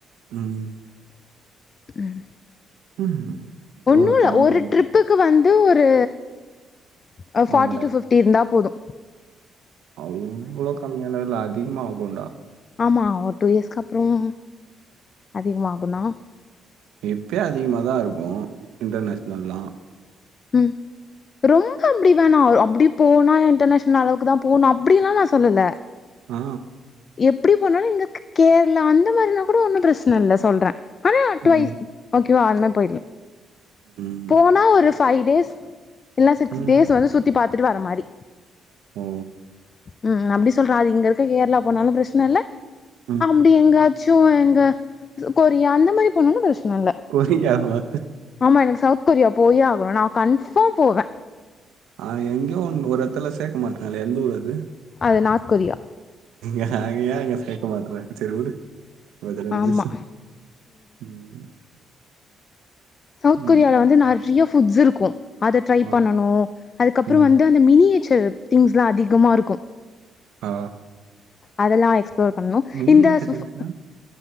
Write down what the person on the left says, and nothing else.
ம்
ஒன்னு இல்ல
ஒரு
ட்ரிப்புக்
கு வந்து ஒரு அ forty
to fifty இருந்தா போதும்.
ஆமா ஒர் டூ இயஸ்க்கு அப்புறம் அதிகமாகுந்தா.
ம் ரொம்ப அப்டி வேணா அப்டிப் போனா இன்டர்நேஷ்னல் அளவுக்கு தா போணு அப்டி எல்லா நா சொல்லல.
எப்பிடி போனாலு இங்கக்க் கேரளா அந்த மாரினா கூட ஒன்னும் பிரச்சன இல்ல சொல்றே ஆனா
ட்வைஸ் ஓகே வா அந்மா போயிட்ல்
போனா ஒரு ஃபை டேஸ். இல்னா சிக்ஸ்
டேஸ் வந்து சுத்தி பாத்துட்டு வர மாரி.
ம் ம் அப்டி சொல்றே அது இங்க இருக்க கேரளா போனாலு பிரச்சன இல்ல
அப்டி எங்கா சு எங்க ச கொரியா அந்த மாரி போனாலு பிரச்ன இல்ல.
ஆமா எனக்கு சவுத் கொரியா போயே ஆகணு நா கன்ஃபாம் போவே.
அது நாத் கொரியா.
ஆமா
சவுத்
கொரியால வந்து நறிய ஃபுட்ஸ் இருக்கு அத ட்ரை
பண்ணனு அதுக்கப்புறோ
வந்து அந்த மினியேச்சர் திங்ஸ்லா அதிகமா இருக்கு.
அதல்லா எக்ஸ்ப்ளோர் பண்ணு
இந்த
ஃப்ஃப்